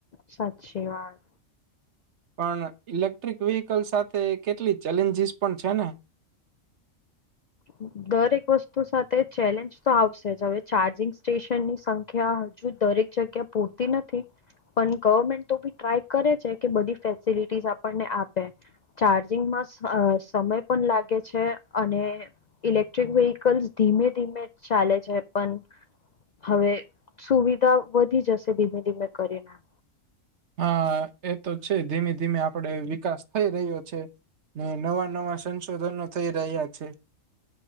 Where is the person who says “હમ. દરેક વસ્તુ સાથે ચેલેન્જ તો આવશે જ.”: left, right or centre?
Left